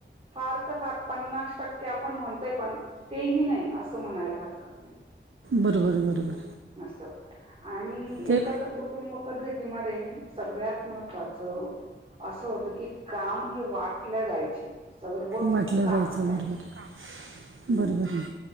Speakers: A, on the right; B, on the right.
A: फार तर फार पन्नास टक्के आपण म्हणतोय पण तेही नाही असं म्हणायला हरकत नाही.
B: बरोबर बरोबर.
A: अस आणि
B: ते
A: एकत्र कुटू कुटुंब पद्धतीमध्ये सगळ्यात महत्त्वाच. असं होतं की काम हे वाट ल्या जायचे सर्व मिळून
B: वाटलं
A: काम
B: जायचं
A: करायचे.
B: बरोबर आहे.
A: हम्म
B: बरोबर आहे